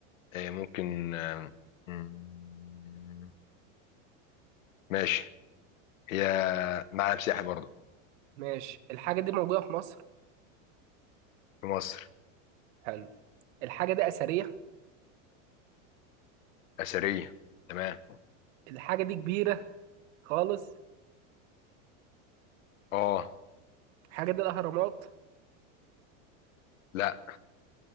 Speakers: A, on the left; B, on the right.
A: إيه ممكن آه، مم، ماشي هي معلم سياحي برضه
B: ماشي الحاجه دي موجوده في مصر
A: في مصر
B: حلو الحاجه دي اثريه
A: أثرية تمام
B: الحاجه دي كبيره خالص
A: اه
B: الحاجه دي الاهرامات
A: لا